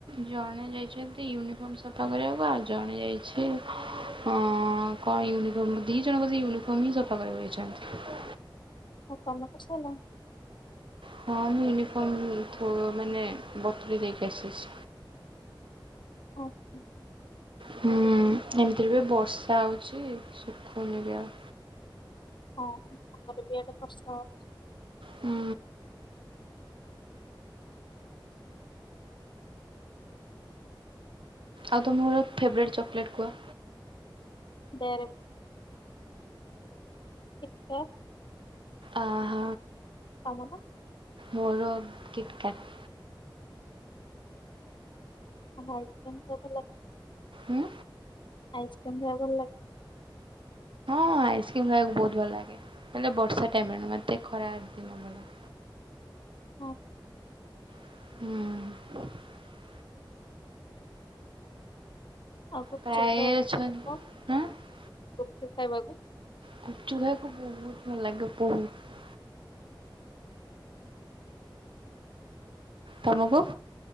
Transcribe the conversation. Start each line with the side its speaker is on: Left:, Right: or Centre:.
Right: ଜଣେ ଯାଇଛନ୍ତି ୟୁନିଫର୍ମ ସଫା କରିବାକୁ ଆଉ ଜଣେ ଯାଇ ଛି ଅ କଣ ୟୁନିଫର୍ମ ଦି ଜଣ ବୋଧେ ୟୁନିଫର୍ମ ହିଁ ସଫା କରିବାକୁ ଯାଇଛନ୍ତି।
Left: ଆଉ ତମର ସରିଲା?
Right: ହଁ ମୁଁ ୟୁନିଫର୍ମ ଥୋ ମାନେ ବତୁରେଇ ଦେଇକି ଆସିଛି।
Left: ଆଚ୍ଛା।
Right: ହୁଁ ଏମିତିରେ ବି ବର୍ଷା ହେଉଛି ଶୁଖୁନି ବି ଆଉ।
Left: ହଁ ଆମର ବି ଇଆଡ଼େ ବର୍ଷା ହୋଉଛି।
Right: ହୁଁ ଆଉ ତମର ଫେବରାଇଟ୍ ଚକଲେଟ୍ କୁହ?
Left: ଡେରି କିଟକାଟ।
Right: ଅହ।
Left: ତମର?
Right: ମୋର କିଟକାଟ।
Left: ଆଉ ଆଇସ୍କ୍ରମ୍ କେମିତି ଲାଗେ?
Right: ଉଁ।
Left: ଆଇସ୍କ୍ରିମ୍ ଖାଇବାକୁ ଭଲ ଲାଗେ?
Right: ହଁ ଆଇସ୍କ୍ରିମ୍ ଖାଇବାକୁ ବହୁତ ଭଲ ଲାଗେ ହେଲେ ବର୍ଷା ଟାଇମରେ ନୁହେଁ ଟିକେ ଖରା ଦିନ ଭଲ।
Left: ହଁ।
Right: ହୁଁ।
Left: ଆଉ ଗୁପଚୁପ
Right: ପ୍ରାୟ
Left: ଖାଇବାକୁ
Right: ଅଛନ୍ତି
Left: <inaudible>
Right: ହଁ
Left: ଗୁପଚୁପ ଖାଇବାକୁ?
Right: ଗୁପଚୁପ୍ ଖାଇବାକୁ ବହୁତ ଭଲ ଲାଗେ ବହୁତ। ତମକୁ?